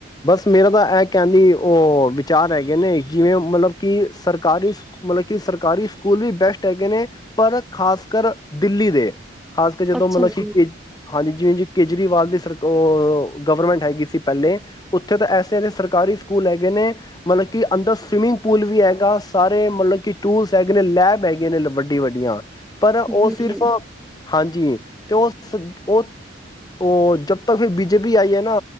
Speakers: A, on the left; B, in the centre.
A: ਬਸ ਮੇਰਾ ਤਾਂ ਇਹ ਕਹਿੰਦੀ ਉਹ ਵਿਚਾਰ ਹੈਗੇ ਨੇ ਜਿਵੇਂ ਮਤਲਬ ਕਿ ਸਰਕਾਰੀ ਮਤਲਬ ਕਿ ਸਰਕਾਰੀ ਸਕੂਲ ਵੀ ਬੈਸਟ ਹੈਗੇ ਨੇ ਪਰ ਖ਼ਾਸ ਕਰ ਦਿੱਲੀ ਦੇ। ਖਾਸ ਕੇ ਜਦੋਂ
B: ਅੱਛਾ
A: ਮਤਲਬ
B: ਜੀ।
A: ਕਿ ਹਾਂਜੀ ਜਿਵੇਂ ਦੀ ਸਰ ਗਵਰਮੈਂਟ ਹੈਗੀ ਸੀ ਪਹਿਲੇ ਉੱਥੇ ਤਾਂ ਐਸੇ ਐਸੇ ਸਰਕਾਰੀ ਸਕੂਲ ਹੈਗੇ ਨੇ ਮਤਲਬ ਕਿ ਅੰਦਰ ਸਵੀਮਿੰਗ ਪੂਲ ਵੀ ਹੈਗਾ ਸਾਰੇ ਮਤਲਬ ਕਿ ਟੂਲਸ ਹੈਗੇ ਨੇ ਲੈਬ ਹੈਗੇ ਨੇ ਵੱਡੀ ਵੱਡੀਆਂ। ਪਰ
B: ਹੂੰ
A: ਉਹ ਸਿਰਫ ਹਾਂਜੀ ਤੇ ਉਸ ਉਹ ਉਹ ਜਦ ਤੱਕ ਫਿਰ ਬੀਜੇਪੀ ਆਈ ਹੈ ਨਾ